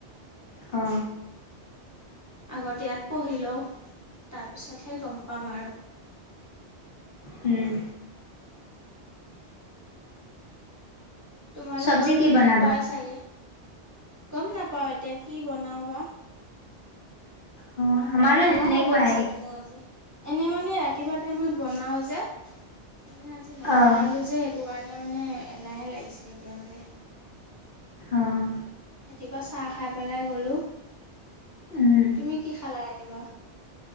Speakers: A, on the left; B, on the right.
A: অ
B: আগত ইয়াত পঢ়ি লওঁ তাৰপিছতহে গম পাম আৰু।
A: হম
B: তোমালোকৰো
A: চব্জি কি
B: তেনেকুৱাই
A: বনাবা
B: চাগে। গম নাপাও এতিয়া কি বনাও বা।
A: অ',
B: ইমান
A: আমাৰো
B: এলাহে
A: সেনেকুৱাই
B: লাগিছে মানে আজি, এনে মানে ৰাতিপুৱা টাইমত বনাও যে। মানে আজি নবনালোঁ
A: অ',
B: যে সেইটো কাৰণে মানে এলাহে লাগিছে এতিয়া মানে
A: অ',
B: ৰাতিপুৱা চাহ খাই পেলাই গ'লো
A: উম।
B: তুমি কি খালা ৰাতিপুৱা